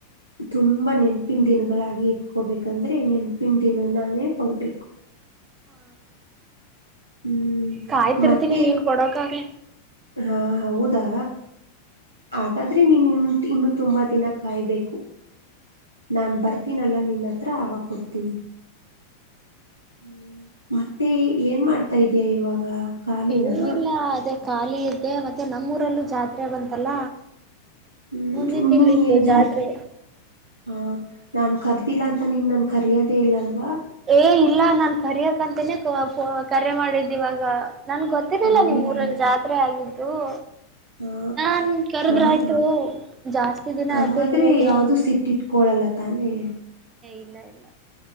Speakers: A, on the left (about 80°); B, on the right (about 25°).
A: ತುಂಬ ನೆನಪಿನ ದಿನ ಗಳಾಗಿ ಇಟ್ಕೋಬೇಕಂದ್ರೆ ನೆನಪಿನ ದಿನ ನಾನೇ ಕೊಡ್ಬೇಕು
B: ಹಾ
A: ಹ್ಮ್
B: ಕಾಯ್ತಿರ್ತೀನಿ
A: ಮತ್ತೆ
B: ನೀನ್ ಕೊಡೋಕಾದ್ರೆ
A: ಹಾ ಹೌದಾ ಹಾಗಾದ್ರೆ ನೀನು ಇನ್ ಇನ್ನು ತುಂಬ ದಿನ ಕಾಯ್ಬೇಕು ನಾನ್ ಬರ್ತೀನಲ್ಲಾ ನಿನ್ನ ಹತ್ರ ಅವಾಗ ಕೊಡ್ತೀನಿ ಹ್ಮ್ ಮತ್ತೆ ಏನ್ ಮಾಡ್ತಾ ಇದ್ಯಾ ಇವಾಗ ಕಾಲಿನಾ
B: ಏನಿಲ್ಲ ಅದೇ ಖಾಲಿ ಇದ್ದೆ ಮತ್ತೆ ನಮ್ಮೂರಲ್ಲೂ ಜಾತ್ರೆ ಬಂತಲ್ಲ
A: ಹ್ಮ್
B: ಮುಂದಿನ ತಿಂಗಳ
A: ನೀನ್
B: ಇತ್ತು
A: ಏನ್ ಜಾತ್
B: ಜಾತ್ರೆ
A: ಹ ನಾನ್ ಕಾರ್ ಗೊತ್ತಿಲ್ಲ ಅಂತ ನೀನ್ ನನ್ ಕರಿಯದೆ ಇಲ್ಲ ಅಲ್ವಾ
B: ಏ ಇಲ್ಲ ನನ್ ಕರಿದಾಗ್ ಯಾಕಂತನೆ ಕರೆ ಕೋ ಕೋ ಮಾಡಿದ್ ಇವಾಗ ನನ್ಗೆ ಗೊತ್ತಿರಲಿಲ್ಲ
A: ಹೌದಾ
B: ನಿಮ್ ಊರಲ್ಲಿ ಜಾತ್ರೆ ಆಗಿದ್ದು ಹೂ
A: ಹಾ
B: ನಾನ್ ಕರೆಧ್ರೆ
A: ಹೌದಾ
B: ಆಯ್ತು ಜಾಸ್ತಿ ದಿನ ಆಯ್ತು
A: ಹಂಗಾದ್ರೆ
B: ನೋಡಿ
A: ಯಾವ್ದು ಸಿಟ್ ಇಟ್ಕೊಳಲ್ಲ ತಾನೇ
B: ಇಲ್ಲ ಇಲ್ಲ